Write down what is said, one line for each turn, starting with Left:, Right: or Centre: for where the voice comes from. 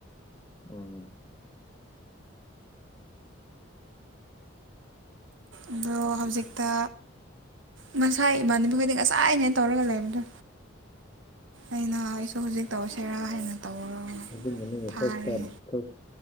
Left: ꯑꯣ
Right: ꯑꯗꯣ ꯍꯧꯖꯤꯛꯇ ꯉꯁꯥ ꯏꯃꯥꯟꯅꯕꯤꯈꯣꯏꯗꯤ ꯉꯁꯥꯏꯅꯦ ꯇꯧꯔꯒ ꯂꯩꯕꯗꯣ ꯑꯩꯅ ꯑꯩꯁꯨ ꯍꯧꯖꯤꯛ ꯇꯧꯁꯤꯔꯥ ꯍꯥꯏꯅ ꯇꯧꯔ
Left: <unintelligible>
Right: ꯊꯥꯔꯦ
Left: ꯐ꯭ꯔꯥꯁꯠ ꯇꯥꯏꯝ ꯐ꯭ꯔꯥꯁꯠ